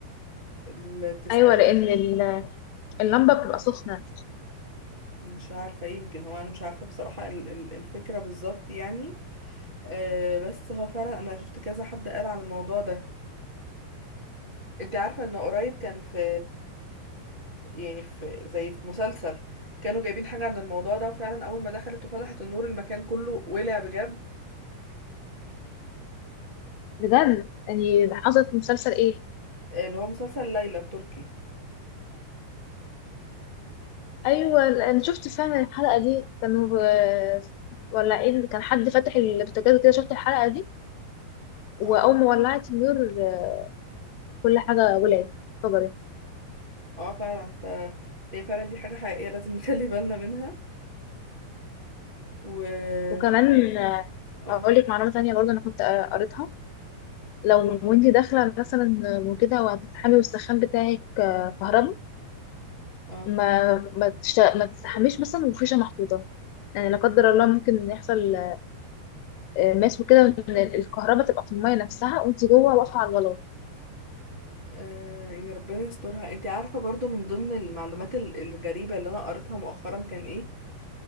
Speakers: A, on the right; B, on the left.
A: ال- تستني
B: ايوه لان ال- اللمبه بتبقى سخنه
A: مش عارفه يمكن هو انا مش عارفه بصراحه ال- ال- الفكره بالظبط يعني آه، بس هو فعلا انا شفت كذا حد قال على الموضوع ده انت عارفه ان قريب كان في يعني في زي في مسلسل كانوا جايبين حاجة عن الموضوع ده وفعلا أول ما دخلت وفتحت النور المكان كله ولع بجد
B: بجد يعني حصلت في مسلسل ايه
A: اللي هو مسلسل ليلى التركي
B: ايوه انا شفت فعلا الحلقه دي كانوا آه، ولعين كان حد فتح البوتاجاز كده شفت الحلقه دي واول
A: اه
B: ما ولعت النور آه، كل حاجه ولعت اتفجرت
A: اه فعلا ف هي فعلا دي حاجة حقيقية لازم <laughs> نخلي بالنا منها و
B: وكمان آه،
A: اه
B: هقول لك معلومة تانية برضه أنا كنت آه، قريتها لو وانتي داخلة مثلا وكده وهتستحمي والسخان بتاعك آه، كهرباء
A: اه
B: ما ما, تش... ما تستحميش مثلا وفيشة محطوطة يعني لا قدر الله ممكن يحصل آه، ماس وكده وإن الكهرباء تبقى في المية نفسها وانتي جوه واقفة على الغلاط
A: آه، يعني ربنا يسترها انت عارفة برضو من ضمن المعلومات ال- الغريبة اللي انا قريتها مؤخرا كان ايه